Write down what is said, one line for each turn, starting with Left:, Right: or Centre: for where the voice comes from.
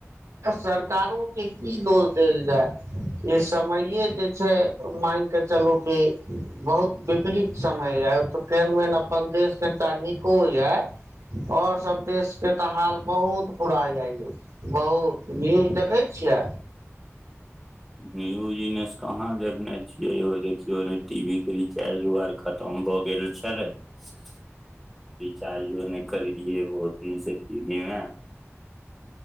Right: सरकार ओ के की दोष देल जाय ई समैये जे छै मानिकऽ चलू कि बहुत विपरीत समय यऽ त केहन मेन अपन देश कनि नीको यऽ आओर सभ देशके तऽ हाल बहुत पुरा जाइ बहुत न्यूज देखै छियै
Centre: न्यूज इनेस कहाँ देखने छियै यौ देखियौ ने टीवी के रिचार्ज ओ आर खतम भऽ गेल छलै रिचार्जो नहि करेलियै बहुत दिनसँ टीवी मे